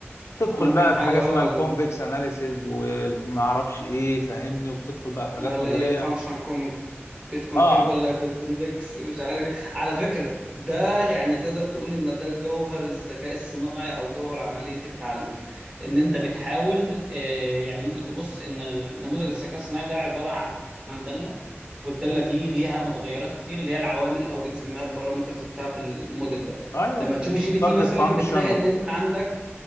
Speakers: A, on the left; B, on the right.
A: تدخل
B: ممكن
A: بقى
B: حاجه
A: في حاجه اسمها الكونفكس
B: اه
A: اناليسيز وما اعرفش ايه فاهمني وبتدخل بقى في حاجات
B: اللي
A: نظريه
B: هي الفانكشن كون بتكونكيف
A: اه
B: ولا بتكونفكس مش عارف إيه. على فكرة ده يعني تقدر تقول ان ده جوهر الذكاء الصناعي او جوهر عملية التعلم ان انت بتحاول آه، يعني ممكن تبص ان النموذج الذكاء الصناعي ده عبارة عن دالة والدالة دي ليها متغيرات كتير اللي هي العوامل او بنسميها البارامترز بتاعة الموديل ده
A: ايوه
B: لما تشوف جي بي تي
A: تارجت
B: مثلا
A: فانكشن
B: بتلاقي ان انت عندك